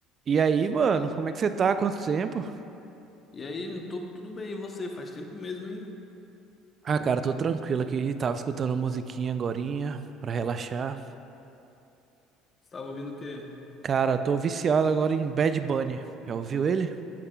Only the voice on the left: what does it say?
E aí, tô- tudo bem, e você? Faz tempo mesmo, hein?
Estava ouvindo o quê?